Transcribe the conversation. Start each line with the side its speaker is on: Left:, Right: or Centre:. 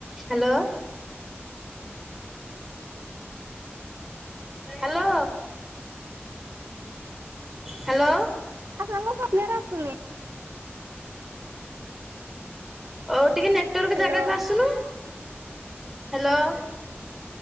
Centre: Hello. Hello. Hello.
Right: ଆପଣଙ୍କ <unintelligible> ଆସୁନି।
Centre: ଓଉ ଟିକେ ନେଟୱାର୍କ
Right: ହ୍ୟାଲୋ
Centre: ଜାଗାକୁ ଆସୁନୁ? ହାଲୋ।